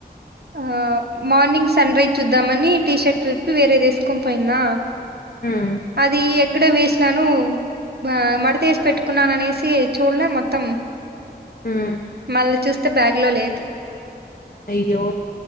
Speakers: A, on the right (about 70°); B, on the left (about 55°).
A: ఆ మార్నింగ్ సన్ రైస్ చూద్దామని టీ షర్ట్ విప్పి వేరేదేసుకని పోయినా
B: ఉమ్
A: అది ఎక్కడో వేసి నను మా మడతేసి పెట్టుకున్నాను అనేసి చూడలే మొత్తం
B: ఉమ్
A: మళ్ళీ చూస్ బ్యాగ్ లో లేదు
B: అయ్యో